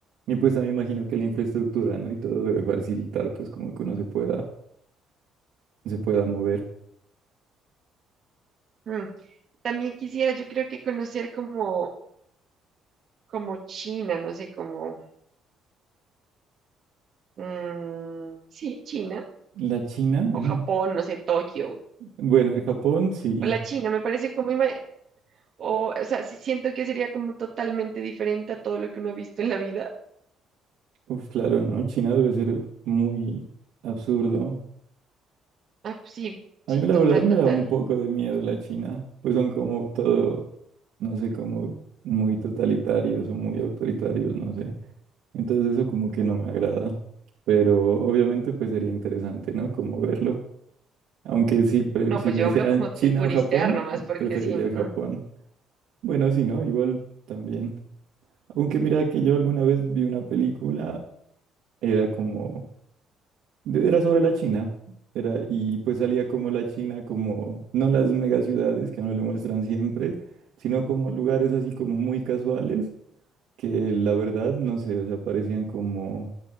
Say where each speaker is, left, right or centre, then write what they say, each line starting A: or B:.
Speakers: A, on the right; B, on the right.
A: Y pues también imagino que la infraestructura, ¿no? Y todo debe facilitar, pues como que uno se pueda, se pueda mover.
B: Mm. También quisiera, yo creo que conocer como, como China, no sé, como... Mm, sí, China
A: La China, mm,
B: o Japón, no sé, Tokio
A: bueno, el Japón, sí,
B: o la China, me parece como, ima- o, o sea, sí siento que sería como totalmente diferente a todo lo que uno ha visto en la vida.
A: uf, claro, ¿no? China debe ser muy absurdo.
B: Ah, pues sí,
A: A
B: sí,
A: mí la
B: total,
A: verdad me
B: total.
A: da un poco de miedo la China, pues son como todo, no sé, como muy totalitarios o muy autoritarios, no sé. Entonces eso como que no me agrada, pero obviamente pues sería interesante, ¿no? Como verlo. Aunque si, pre-
B: No,
A: si
B: pues
A: me
B: yo
A: dijeran
B: hablo como de
A: China
B: turistear
A: o Japón,
B: nomás, porque
A: preferiría
B: sí, ujú,
A: Japón. Bueno, si no, igual también. Aunque mira que yo alguna vez vi una película, era como de- Era sobre la China. Era, y pues salía como la China, como no las megaciudades que a uno le muestran siempre, sino como lugares así como muy casuales que la verdad, no sé, o sea, parecían como,